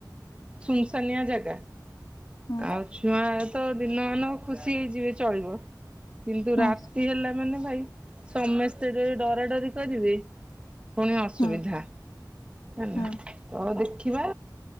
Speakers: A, on the right (about 15°); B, on the left (about 65°).
A: ସୁନସାନିଆ ଜାଗା?
B: ହୁଁ
A: ଆଉ ଛୁଆ ତ ଦିନମାନ ଖୁସି ହେଇଯିବେ। ଚଳିବ, କିନ୍ତୁ
B: ହୁଁ
A: ରାତି ହେଲା ମାନେ ଭାଇ ସମସ୍ତେ ଯଦି ଡରା ଡରି କରିବେ ପୁଣି ଅସୁବିଧା
B: ହୁଁ
A: ହେଲା।
B: ହୁଁ
A: ତ ଦେଖିବା,